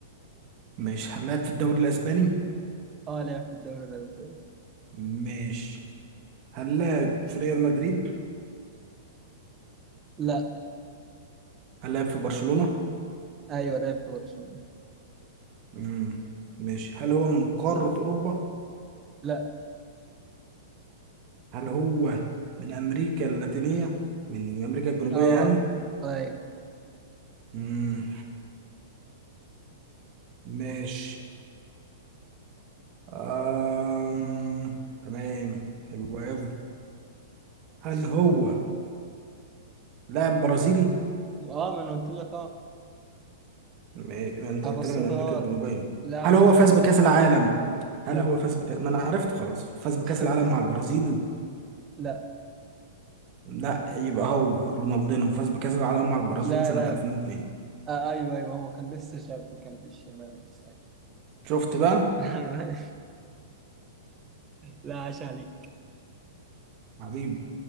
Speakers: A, on the right; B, on the right.
A: مش هل لعب في الدوري الأسباني؟
B: اه لعب في الدوري الأوروبي
A: مش هل لعب في ريال مدريد؟
B: لا
A: هل لعب في برشلونة؟
B: ايوه لعب في برشلونة
A: مم. مش هل هو من قارة أوروبا؟
B: لا
A: هل هو من أمريكا اللاتينية؟ من أمريكا الجنوبية
B: اه
A: يعني؟
B: ايوه
A: مم. مش أم... تمام حلو قوي هل هو لاعب برازيلي؟
B: اه ما انا قلت لك اه
A: ما انت
B: أبسطها
A: قلت لي من امريكا الجنوبيه
B: لك لاعب
A: هل
B: شعره
A: هو فاز
B: طويل
A: بكاس العالم؟ هل
B: لا
A: هو فاز بكاس ما انا عرفته خلاص فاز بكاس
B: <laughs>
A: العالم مع البرازيل؟
B: لا
A: لا يبقى هو رونالدينو فاز بكاس العالم مع البرازيل
B: لا
A: سنه
B: لا
A: 2002
B: آه أيوه أيوه هو كان لسه شاب كان في الشمال بس أيوة.
A: شفت بقى
B: <laughs> لا عاش عليك
A: حبيبي